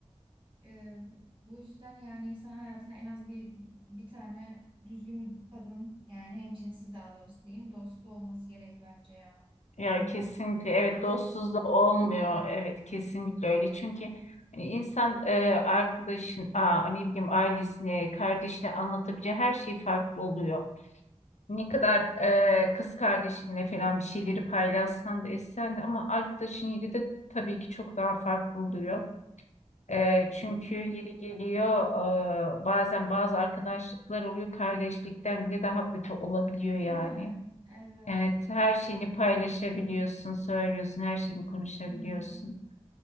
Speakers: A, on the right; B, on the left.
A: Ee, bu yüzden yani insan hayatına en az bir, bir, bir tane düzgün bir kadın yani hem cinsi daha doğrusu diyeyim dostu olması gerek bence ya.
B: Ya
A: Olmadan
B: kesinlikle evet
A: çok
B: dostsuz
A: zor olur.
B: da olmuyor evet kesinlikle öyle çünkü hani insan e, arkadaşın aa, ne bileyim ailesine kardeşine anlatabileceği her şey farklı oluyor. Ne kadar
A: Evet. evet.
B: e, kız kardeşinle falan bir şeyleri paylaşsan da etsen de ama arkadaşın yeri de tabii ki çok daha farklı oluyor. E, çünkü
A: Aynen.
B: yeri geliyor e, bazen bazı arkadaşlıklar oluyor kardeşlikten bile daha kötü olabiliyor
A: Değil
B: yani.
A: mi? Evet,
B: Evet, her
A: kesinlikle
B: şeyini paylaşabiliyorsun,
A: öyle ya.
B: söylüyorsun, her şeyini konuşabiliyorsun.
A: Hı hı.